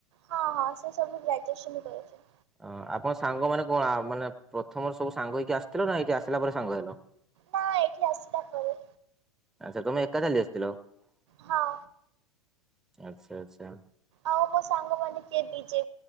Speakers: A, on the right (about 55°); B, in the centre.
A: ହଁ ହଁ ସେସବୁ ଗ୍ରାଜୁଏସନ୍ କରୁଛି।
B: ହଁ ଆପଣ ସାଙ୍ଗମାନେ କଣ ମାନେ ପ୍ରଥମର ସବୁ ସାଙ୍ଗ ହେଇକି ଆସିଥିଲନା ଏଇଠି ଆସିଲା ପରେ ସାଙ୍ଗ ହେଲ?
A: ନା ଏଇଠି ଆସିଲା ପରେ।
B: ଆଚ୍ଛା ତମେ ଏକା ଚାଲି ଆସିଥିଲ।
A: ହଁ।
B: ଆଚ୍ଛା ଆଚ୍ଛା।
A: ଆଉ ମୋ ସାଙ୍ଗ ମାନେ କିଏ ବିଜେ